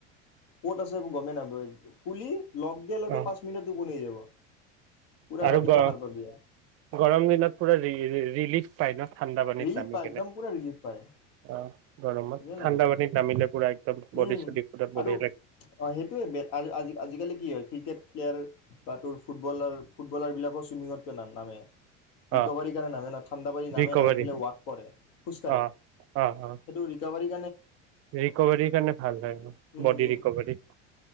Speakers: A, on the left; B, on the right.
A: ক'ত আছে একো গমেই নাপায়। শুলি? লগে, লগে
B: অ
A: পাঁচ মিনিটত টোপনি আহি যাব। পুৰা
B: আৰু
A: ৰাতিপুৱা
B: গ
A: সাৰ পাবি আৰু।
B: গৰম দিনত পুৰা ৰি, ৰি, ৰি-ৰিলিফ পায় ন। ঠাণ্ডা পানীত
A: ৰিলিফ
B: নামি
A: পায়,
B: কেনে
A: একদম পুৰা ৰিলিফ পায়। ধুনীয়া
B: অ গৰমত
A: লাগে।
B: ঠাণ্ডা পানীত নামিলে পুৰা একদম বডি
A: উম
B: চডি পুৰা বঢ়িয়া
A: আৰু অ,
B: লাগে
A: সেইটোৱেই বে, আ, আ-আজিকালি কি হয়? ক্ৰিকেট প্লেয়াৰ বা তোৰ ফুটবলাৰ। ফুটবলাৰ বিলাক আকৌ ছুইমিংতটো না-নামে। ৰিক'ভাৰি
B: অ
A: কাৰণে নাযায় ন, ঠাণ্ডা <unintelligible>
B: ৰিকভাৰী
A: এইফালে ৱক কৰে খোজকাঢ়ে
B: অ
A: সেইটো
B: অ অ
A: ৰিকাভাৰী
B: ৰিকভাৰীৰ কাৰণে ভাল হয়
A: উম
B: বডি
A: উম
B: ৰিকভাৰী